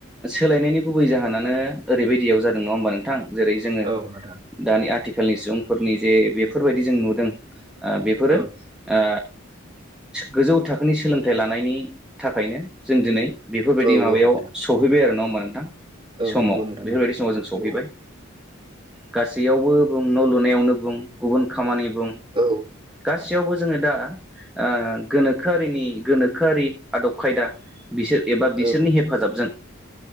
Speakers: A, in the centre; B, on the right.
A: सोलायनायनि गुबै जाहोनानो ओरैबायदियाव जादों नङा ओमबा नोंथां। जेरै जोङो
B: औ नोंथां
A: दानि आथिखालनि सुबुंफोरनि जे बेफोरबायदि जों नुदों। ओ बेफोरो
B: औ
A: ओ गोजौ थाखोनि सोलोंथाइ लानायनि थाखायनो जों दिनै। बेफोरबायदि
B: औ
A: माबायाव
B: नोंथां
A: सौफैबाय आरो नङा होमबा नोंथां।
B: औ
A: समाव
B: नंगौ नोंथां
A: बेफोरबायदि
B: नंगौ
A: समाव जों सहैबाय।
B: औ
A: गासैयावबो बुं न' लुनायावनो बुं गुबुन खामानि बुं
B: औ
A: गासैयावबो। जोङो दा ओ गोनोखोआरिनि गोनोखोआरि आदब खायदा बिसोर। एबा बिसोरनि
B: औ
A: हेफाजाबजों